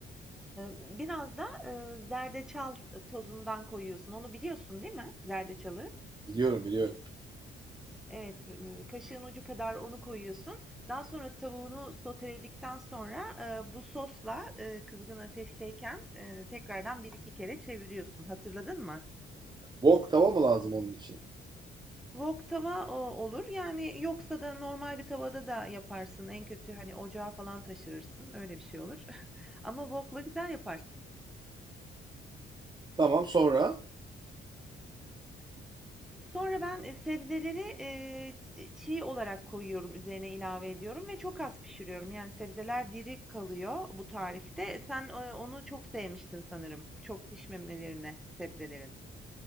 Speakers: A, in the centre; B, on the right.
A: biraz da, zerdeçal, tozundan koyuyorsun. Onu biliyorsun değil mi, zerdeçalı?
B: Biliyorum biliyorum.
A: Evet, kaşığın ucu kadar onu koyuyorsun. Daha sonra tavuğunu soteledikten sonra, bu sosla, kızgın ateşteyken, tekrardan bir iki kere çeviriyorsun. Hatırladın mı?
B: Wok tava mı lazım onun için?
A: Wok tava, ooo, olur. Yani, yoksa da normal bir tavada da yaparsın. En kötü, hani, ocağa falan taşırırsın. Öyle bir şey olur. <laughs> Ama wok'la güzel yaparsın.
B: Tamam sonra.
A: Sonra ben, eee, sebzeleri, eee, çiğ olarak koyuyorum, üzerine ilave ediyorum ve çok az pişiriyorum. Yani, sebzeler diri kalıyor bu tarifte. Sen, eee, onu çok sevmiştin sanırım, çok pişmemelerine sebzelerin.